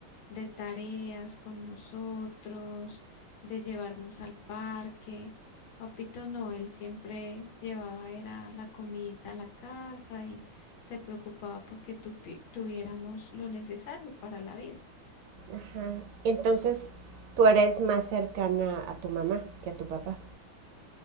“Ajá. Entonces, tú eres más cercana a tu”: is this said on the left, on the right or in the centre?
Right